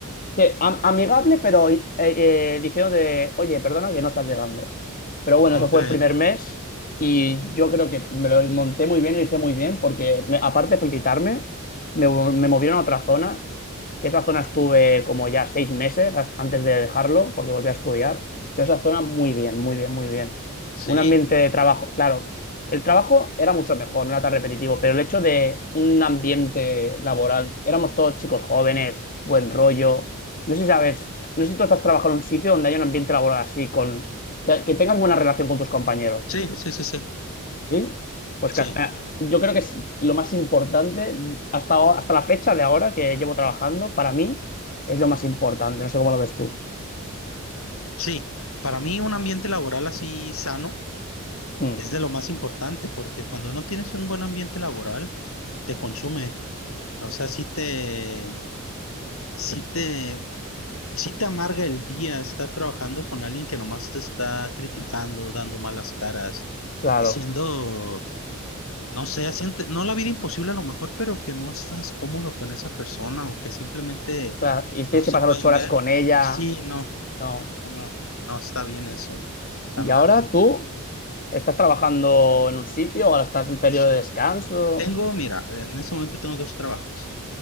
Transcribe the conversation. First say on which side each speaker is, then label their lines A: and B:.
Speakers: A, on the left; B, on the left.
A: Sí, am- amigable, pero eh, eh, diciendo de, oye, perdona que no estás llegando. Pero bueno,
B: Ok.
A: eso fue el primer mes y yo creo que me lo monté muy bien, lo hice muy bien, porque me- aparte de felicitarme, me, mo- me movieron a otra zona, que esa zona estuve como ya seis meses as- antes de dejarlo, porque volví a estudiar. Yo esa zona muy bien, muy bien, muy bien.
B: Sí.
A: Un ambiente de trabajo, claro. El trabajo era mucho mejor, no era tan repetitivo, pero el hecho de un ambiente laboral, éramos todos chicos jóvenes, buen rollo. No sé si sabes, no sé si tú estás trabajando en un sitio donde haya un ambiente laboral así, con que, que tengas buena relación con tus compañeros.
B: Sí, sí, sí, sí.
A: ¿Sí? Pues cas-
B: Sí.
A: ah, yo creo que es lo más importante hasta, ahora- hasta la fecha de ahora que llevo trabajando, para mí es lo más importante. No sé cómo lo ves tú.
B: Sí. Para mí un ambiente laboral así sano
A: Mm,
B: es de lo más importante porque cuando no tienes un buen ambiente laboral, te consume. O sea, sí te, sí te, sí te amarga el día estar trabajando con alguien que nomás te está criticando, dando malas caras,
A: claro,
B: siendo... no sé, siente, no la vida imposible a lo mejor, pero que no estás cómodo con esa persona o que simplemente
A: claro. Y tienes
B: no se
A: que pasar
B: pueden
A: ocho horas
B: ver.
A: con ella.
B: Sí, no,
A: No.
B: no, no, no está bien eso. O sea,
A: ¿Y
B: a
A: ahora
B: mí,
A: tú estás trabajando en un sitio? ¿Ahora estás en un periodo
B: sí.
A: de descanso?
B: tengo, mira, en ese momento tengo dos trabajos.